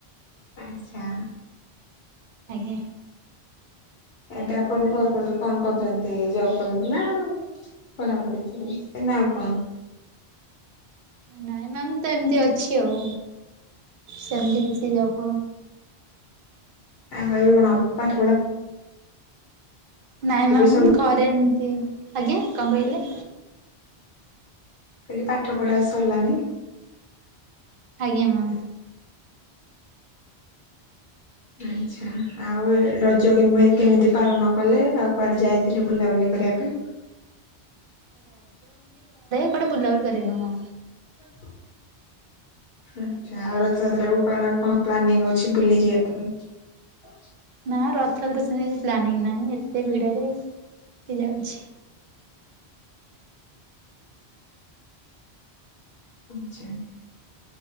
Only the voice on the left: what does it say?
ଆଚ୍ଛା।
ଏବେ ଆପଣ କଣ କରୁ କଣ କରୁଛନ୍ତି ଜବ୍ କରୁଛନ୍ତି ନା। ପଢ଼ା ପଢ଼ି ଚାଲିଛି ନାଁ ଆଉ କଣ?
ଆଉ ଏବେ କଣ ପାଠ ପଢ଼ା
ସରିଲା
ଏଇ ପାଠ ପଢ଼ା ସରିଲାଣି।
ଆଚ୍ଛା ଆଉ ରଜ କେମେ କେମିତି ପାଳନ କଲେ ଆଉ କୁଆଡ଼େ ଯାଇଥିଲେ ବୁଲାବୁଲି କରିବା ପାଇଁ?
<unintelligible> ଆଚ୍ଛା ଆଉ ରଥଯାତ୍ରାକୁ କଣ କଣ ପ୍ଲାନିଂ ଅଛି ବୁଲି ଯିବା ପାଇଁ? <inaudible>
ଆଛା।